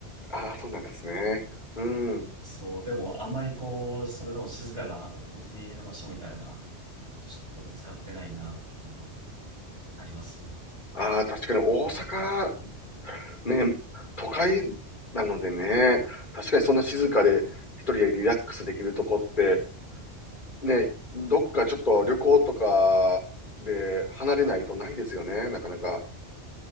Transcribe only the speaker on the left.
ああ、そうなんですね。うん。
ああ、確かに大阪、ね、都会なのでね、確かにそんな静かで一人でリラックスできるとこって、ね、どっかちょっと旅行とかで離れないとないですよね、なかなか。